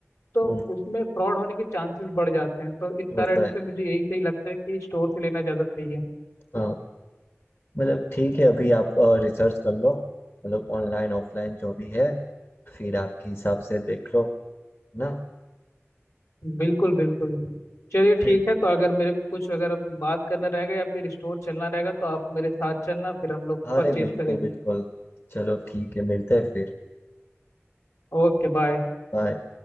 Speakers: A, on the left; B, on the left.
A: तो
B: हम्म
A: उसमें फ्रॉड होने के चांसेस बढ़ जाते हैं तो इस
B: वो
A: कारण
B: तो है
A: से मुझे यही सही लगता है कि स्टोर से लेना ज़्यादा सही है
B: हाँ मतलब ठीक है अभी आप रिसर्च कर लो मतलब ऑनलाइन ऑफलाइन जो भी है फिर आपके हिसाब से देख लो ना
A: बिल्कुल बिल्कुल चलिए
B: फिर
A: ठीक है तो अगर मेरे को कुछ अगर बात करना रहेगा या फिर स्टोर चलना रहेगा तो आप मेरे साथ चलना फिर हम लोग
B: अरे
A: परचेज
B: बिल्कुल
A: करेंगे
B: बिल्कुल चलो ठीक है मिलते हैं फिर
A: Okay bye
B: बाय